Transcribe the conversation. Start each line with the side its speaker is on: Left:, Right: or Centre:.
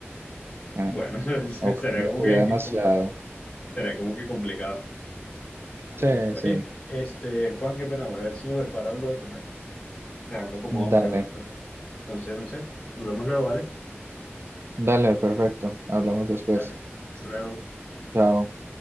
Right: eh,
Left: Bueno, <laughs>
Right: o
Left: será
Right: cambió
Left: como
Right: tu
Left: que,
Right: vida demasiado.
Left: como, será como que complicado. Bueno,
Right: Sí,
Left: oye,
Right: sí,
Left: este, Juan, qué pena, voy a ver si me preparo algo de comer. O sea, ando como
Right: dale,
Left: hambre ahora. Entonces, no sé, nos vemos luego, ¿vale?
Right: dale, perfecto, hablamos después.
Left: Dale, hasta luego.
Right: Chao.